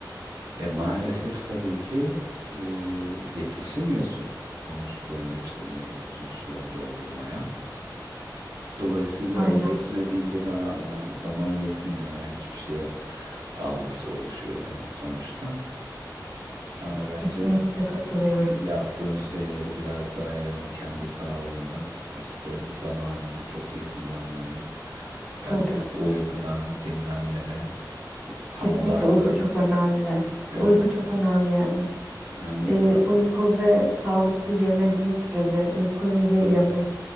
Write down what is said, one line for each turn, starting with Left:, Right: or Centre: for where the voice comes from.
Right: E maalesef tabii ki e, yetişemiyorsun o musluğun hepsini, o bütün suları doldurmaya. Dolayısıyla
Centre: Aynen.
Right: o yetmediğinde daha yani zaman yetmiyor ya hiçbir şeye algısı oluşuyor yani sonuçta. Ama bence
Centre: Kesinlikle katılıyorum.
Right: E, Yaptığın şeyleri biraz daha yani kendi sağlığına, işte zamanını çok iyi kullanmaya, hani
Centre: Tabii.
Right: uykuna, dinlenmene, tam
Centre: Kesinlikle
Right: odaklı.
Centre: uyku çok önemli.
Right: Evet,
Centre: Uyku çok önemli yani.
Right: hani
Centre: Ee,
Right: tam,
Centre: uyku ve sağlıklı yemediğin sürece, uyku ve
Right: tabii,
Centre: yemek